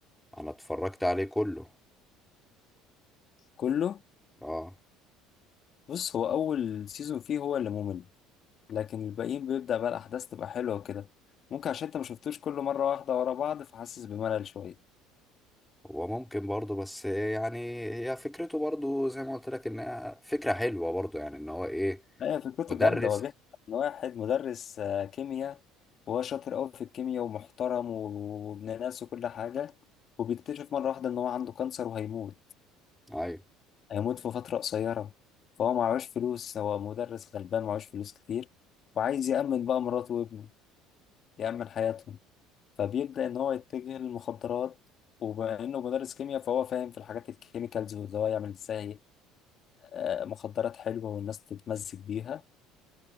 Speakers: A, in the centre; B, on the left.
A: انا اتفرجت عليه كله
B: كله؟
A: اه
B: بص هو اول سيزون فيه هو اللي ممل لكن الباقيين بيبدأ بقى الاحداث تبقى حلوة وكده ممكن عشان انت ما شفتوش كل مرة واحدة ورا بعض فحاسس بملل شوية
A: هو ممكن برضه بس يعني هي فكرته برضه زي ما قلت لك انها فكرة حلوة برضه يعني ان هو ايه
B: هي فكرته
A: مدرس
B: جامدة هو بيحكي عن واحد مدرس آه، كيمياء وهو شاطر قوي في الكيمياء ومحترم و- وابن ناس وكل حاجة وبيكتشف مرة واحدة ان هو عنده كانسر وهيموت
A: ايوه
B: هيموت في فترة قصيرة فهو معهوش فلوس هو مدرس غلبان معهوش فلوس كتير وعايز يأمن بقى مراته وابنه يأمن حياتهم فبيبدأ إن هو يتجه للمخدرات وبما إنه مدرس كيمياء فهو فاهم في الحاجات الكيميكالز واللي هو يعمل إزاي آه، مخدرات حلوة والناس تتمزج بيها